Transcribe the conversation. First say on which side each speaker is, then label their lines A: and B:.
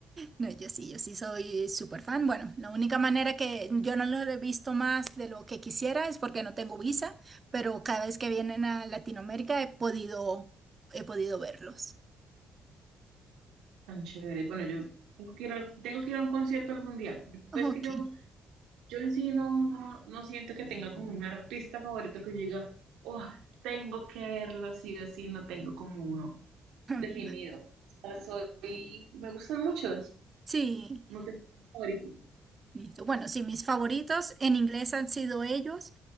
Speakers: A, on the right (about 30°); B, on the right (about 85°).
A: No, yo sí, yo sí soy súper fan. Bueno, la única manera que yo no lo he visto más de lo que quisiera es porque no tengo visa, pero cada vez que vienen a Latinoamérica he podido, he podido verlos.
B: Tan chévere. Bueno, yo tengo que ir a, tengo que ir a un concierto algún día.
A: Ok.
B: Pues que yo, yo en sí no, no, no siento que tenga como un artista favorito que yo diga, oh, tengo que verlo sí o sí, no tengo como uno
A: <laughs>
B: definido. O sea, soy, me gustan muchos,
A: Sí,
B: no tengo un favorito.
A: listo. Bueno, sí, mis favoritos en inglés han sido ellos